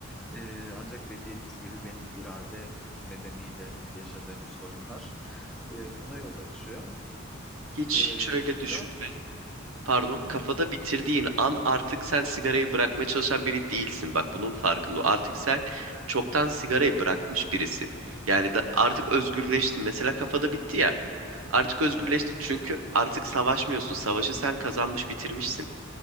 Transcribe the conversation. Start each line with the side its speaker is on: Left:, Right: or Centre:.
Centre: E, ancak dediğimiz gibi benim irade nedeniyle yaşadığım sorunlar e, buna yol açıyor.
Right: Hiç
Centre: E,
Right: hiç öyle düşünme.
Centre: galiba.
Right: pardon
Centre: Hı,
Right: kafada bitirdiğin an artık sen sigarayı bırakmaya çalışan biri değilsin. Bak bunun farkında ol. Artık sen çoktan sigarayı bırakmış birisin. Yani da, artık özgürleştin. Mesela kafada bitti ya. Artık özgürleştin
Centre: evet.
Right: çünkü artık savaşmıyorsun. Savaşı sen kazanmış bitirmişsin.